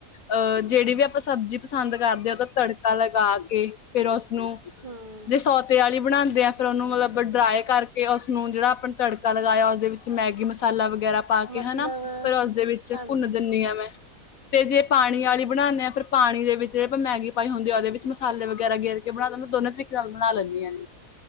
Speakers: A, on the left; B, on the right.
A: ਅਹ ਜਿਹੜੀ ਵੀ ਆਪਾਂ ਸਬਜ਼ੀ ਪਸੰਦ ਕਰਦੇ ਹਾਂ, ਉਦਾ ਤੜਕਾ ਲਗਾ ਕੇ ਫਿਰ ਉਸਨੂੰ
B: ਹਮ
A: ਜੇ ਸੌਤੇ ਵਾਲੀ ਬਣਾਉਂਦੇ ਆ ਫਿਰ ਉਹਨੂੰ ਮਤਲਬ ਡਰਾਏ ਕਰਕੇ ਉਸਨੂੰ ਜਿਹੜਾ ਆਪਣਾ ਤੜਕਾ ਲਗਾਇਆ ਉਸਦੇ ਵਿੱਚ ਮੈਗੀ ਮਸਾਲਾ ਵਗੈਰਾ ਪਾ ਕੇ
B: ਮਤਲਬ
A: ਹਨਾ ਫਿਰ ਉਸਦੇ ਵਿੱਚ
B: ਹਾਂਜੀ
A: ਭੁੰਨ ਦਿੰਦੀ ਹਾਂ ਮੈਂ ਜੇ ਪਾਣੀ ਵਾਲੀ ਬਣਾਉਂਦੇ ਆ ਫਿਰ ਪਾਣੀ ਦੇ ਵਿੱਚ ਆਪਾਂ ਮੈਗੀ ਪਾਈ ਹੁੰਦੇ ਆ ਉਹਦੇ ਵਿੱਚ ਮਸਾਲੇ ਵਗੈਰਾ ਗੇਰ ਕੇ ਬਣਾ ਤੇ ਮੈਂ ਦੋਨੇ ਤਰੀਕੇ ਨਾਲ ਬਣਾ ਲੈਂਦੀਆਂ